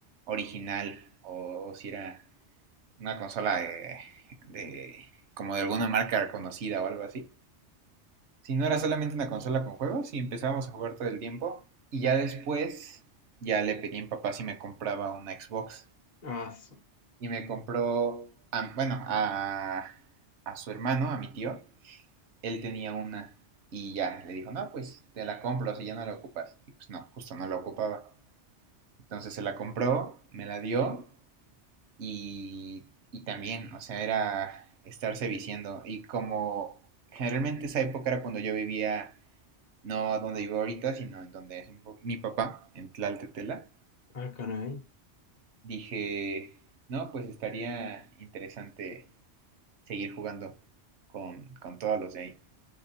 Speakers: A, on the right; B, on the left.
A: original o, o si era una consola de, de como de alguna marca reconocida o algo así. Si no era solamente una consola con juegos y empezábamos a jugar todo el tiempo. Y ya después, ya le pedí a mi papá si me compraba una Xbox.
B: Ah, su-
A: Y me compró, a- bueno, a, a su hermano, a mi tío. Él tenía una. Y ya, le dijo, no, pues te la compro si ya no la ocupas. Y pues no, justo no la ocupaba. Entonces se la compró, me la dio y, y también, o sea, era estarse viciando Y como generalmente esa época era cuando yo vivía no donde vivo ahorita, sino en donde es mi papá, en Tlaltetela,
B: ah, caray.
A: dije, no, pues estaría interesante seguir jugando con, con todos los de ahí.